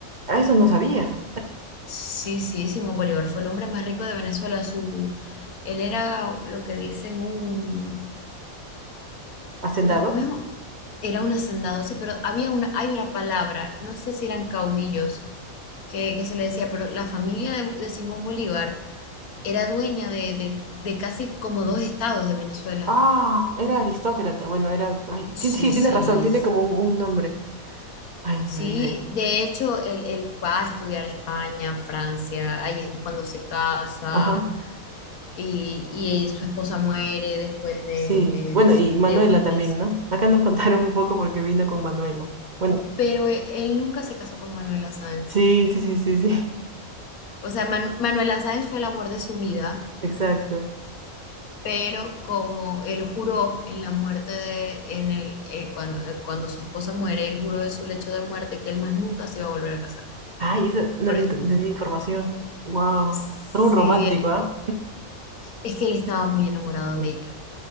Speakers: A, on the right; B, on the left.
A: ah, eso no sabía.
B: Sí, sí, Simón Bolívar fue el hombre más rico de Venezuela. Su, él era lo que dicen un,
A: ¿Hacendado?
B: como, no es un- era un hacendado, sí, pero había una, hay una palabra, no sé si eran caudillos que, que se le decía, pero la familia de, de Simón Bolívar era dueña de, de de casi como dos estados de Venezuela.
A: Ah, era aristócrata. Bueno, era. Ay,
B: Sí,
A: ti- sí, tienes
B: sí,
A: razón, tiene como un, un nombre. Ay,
B: sí.
A: me olvidé.
B: De hecho, él, él va a estudiar a España, Francia, ahí es cuando se casa
A: Ajá,
B: y, y su esposa muere después de,
A: sí.
B: de,
A: Bueno,
B: de si-
A: y Manuela
B: de unos meses.
A: también, ¿no? Acá nos <laughs> contaron un poco porque vino con Manuela. Bueno,
B: Pero e- él, nunca se casó con Manuela Sáenz.
A: sí, sí, sí, sí, sí. <laughs>
B: O sea, Man- Manuela Sáenz fue el amor de su vida,
A: Exacto.
B: pero como él juró en la muerte de, en el, eh, cuando, eh, cuando su esposa muere, él juró de su lecho de muerte que él más nunca se iba a volver a casar.
A: Ay, eso no
B: Por-
A: le
B: e,
A: ent- no tenía información. Wow.
B: Sí,
A: Todo un romántico, ¿ah?
B: Es que él estaba muy enamorado de ella.